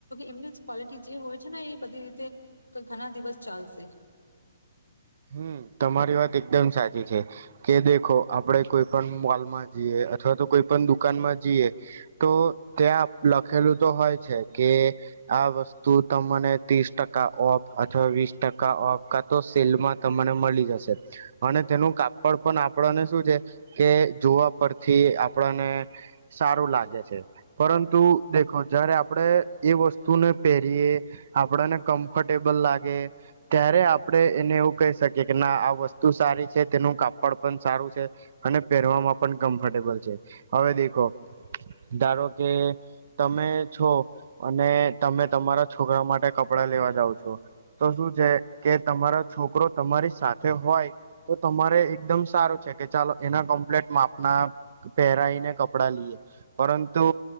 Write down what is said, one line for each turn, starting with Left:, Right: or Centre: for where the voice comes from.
Left: એમની જ ક્વલિટી જે હોય છે ને એ બધી રીતે ઘણા દિવસ ચાલશે
Right: હમ તમારી વાત એકદમ સાચી છે કે દેખો આપડે કોઈ પણ મોલમાં જઈએ અથવા તો કોઈ પણ દુકાનમાં જઈએ તો ત્યાં લખેલું તો હોય છે કે આ વસ્તુ તને ત્રીસ ટકા ઓફ અથવા વીસ ટકા ઓફ કા તો સેલમાં ત મને મળી જશે અને તેનું કાપડ પણ આપણને શું છે કે જોવા પરથી આપણને સારું લાગે છે પરંતુ દેખો જારે આપણે એ વસ્તુને પહેરીયએ આપણને કમ્ફર્ટેબલ લાગે ત્યારે આપડે એને એવું કઈ આ વસ્તુ સારી છે તેનું કાપ પડપન સારું છે અને પહેરવામાં પણ કમ્ફર્ટેબલ છે હવે દેખો ધારો કે તમે છો અને તમે તમારા છોકરા માટે કપડા લેવા જાાવ છો તો શું છે કે તમારો છોકરો તમારી સાથે હોય તો તમારે એકદમ સારું છે કે ચાલો એના કમ્પ્લેટ માપના પહેરાઈને કપડાં લઈએ પરંતુ